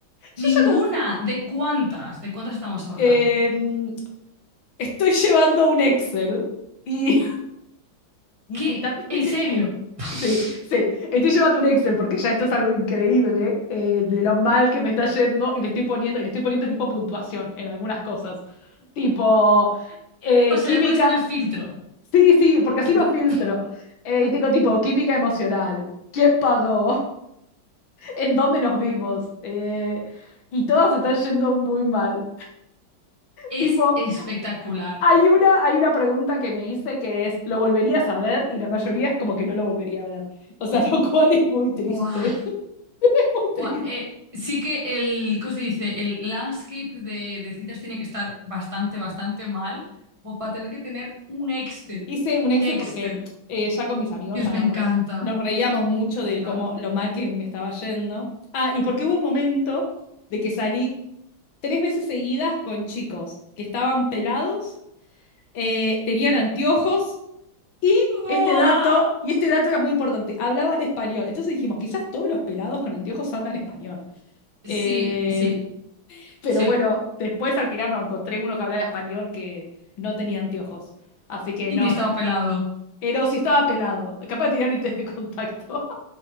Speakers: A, on the left (about 75°); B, on the right (about 15°).
A: yo
B: Ninguna,
A: ya no... s-
B: ¿de cuántas? ¿De cuántas estamos hablando?
A: eh, mm, estoy llevando un Excel y... <laughs> Y,
B: ¿Qué?
A: y también
B: ¿En serio? <laughs>
A: Sí, sí. Estoy llevando un Excel porque ya esto es algo increíble eh, de lo mal que me está yendo y le estoy poniendo, y le estoy poniendo tipo puntuación en algunas cosas. Tipo, eh,
B: O sea,
A: química.
B: ya puedes tener filtro.
A: Sí, sí, porque así
B: Dentro-
A: lo filtro. Eh, y tengo tipo química emocional. ¿Quién pagó? <laughs> ¿En dónde nos vimos? Eh, y todas están yendo muy mal.
B: Es
A: Tipo,
B: espectacular.
A: hay una, hay una pregunta que me hice que es, ¿lo volverías a ver? Y la mayoría es como que no lo volvería a ver. O sea, <laughs> lo cual es muy triste.
B: Buah.
A: <laughs> Muy triste.
B: Buah, eh, sí que el, ¿cómo se dice? El landscape de, de citas tiene que estar bastante, bastante mal, como para tener que tener un Excel,
A: hice un
B: un
A: Excel
B: Excel.
A: porque eh, ya con mis amigos
B: Dios,
A: ya
B: me
A: nos,
B: encanta,
A: re- nos reíamos mucho
B: me
A: de
B: encanta.
A: cómo lo mal que me estaba yendo. Ah, y porque hubo un momento de que salí tres veces seguidas con chicos que estaban pelados, eh, tenían anteojos y
B: Buah.
A: este dato, y este dato era muy importante, hablaban español. Entonces dijimos, quizás todos los pelados con anteojos hablan español.
B: Sí,
A: Eh,
B: sí,
A: pero
B: sí.
A: bueno, después al final no encontré uno que hablaba español que no tenía anteojos. Así que
B: Y
A: no,
B: ni estaba pelado.
A: pero si estaba pelado, capaz que tenía lentes de contacto.